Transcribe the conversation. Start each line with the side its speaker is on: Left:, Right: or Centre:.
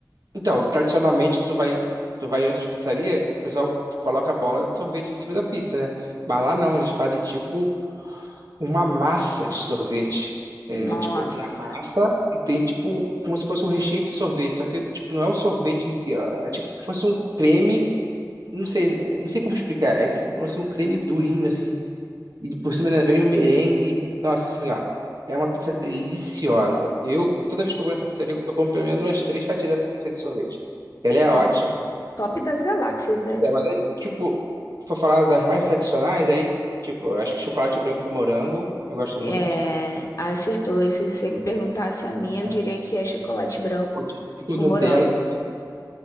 Right: então, tradicionalmente tu vai, tu vai em outras pizzarias, o pessoal coloca a bola de sorvete em cima da pizza, né? Mas lá não, eles fazem tipo uma massa de sorvete. É,
Left: Nossa,
Right: tipo, tem a massa e tem tipo como se fosse um recheio de sorvete, só que tipo não é o sorvete em si, ó, é tipo como se fosse um creme Não sei, não sei como explicar. É tipo assim, um creme durinho, assim. E por cima ainda vem um merengue. Nossa, assim, ó. É uma pizza deliciosa. Eu, toda vez que eu vou nessa pizzaria, eu eu compro pelo menos umas três fatias dessa pizza de sorvete. Ela é ótima.
Left: to- top das galáxias, né?
Right: Pois é, mas aí, tipo, se for falar das mais tradicionais, aí, tipo, eu acho que chocolate branco com morango, eu gosto muito.
Left: É, acertou. E se você me perguntasse a minha,
Right: Ah.
Left: eu diria que é chocolate branco
Right: O de ninho com
Left: com
Right: Nutella
Left: morango.
Right: também